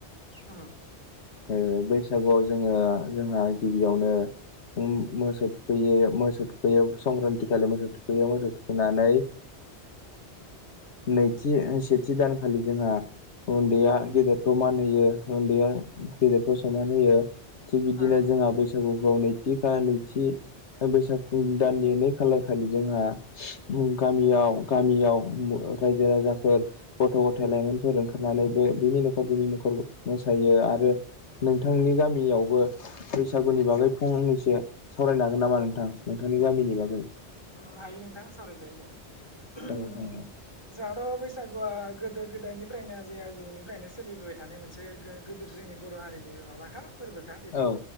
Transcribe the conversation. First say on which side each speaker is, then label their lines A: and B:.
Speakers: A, on the left; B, on the left.
A: उम।
B: ओ बैसागुआव जोङो जोंहा गिबियावनो ओम मोसौ थुखैयो मोसौ थु खैयो संक्रान्ति खालि मोसौ थुखैयो मोसौ थुखैनानै नैथि सेथि दानखालि जोंहा उन्दैया गेदेरखौ मान होयो उन्दैया गेदेरखौ सनमान होयो थिग बिदिनो
A: ओं नंगौ
B: जोंहा बैसागुखौ नैथि खा नैथि ओ बैसा <unintelligible> दाननि नै खालार खालि जोंहा गामियाव गामियाव रायजो राजा फोर गथ' गथाय लाइमोनफोर ओंखारनानैबो बिनि न'खर बिनि न'खर मोसायो आरो नोंथांनि गामियावबो बैसागुनि बागै फंनैसो सावरायनो हागोन नामा नोंथां? नों गामिनि बागै
A: ओम हायो नोंथां सावरायजायो दे। उम
B: औ नोंथां
A: जोंहाथ' बैसा गुआ गोदो गोदायनिफ्रायनो आजै आजौनिफ्रायनो सोलिबोबाय थानाय मोनसे गो-गोदोर जोंनि बर' हारिनि माबाखा फोरबोखा बेखौथ'
B: औ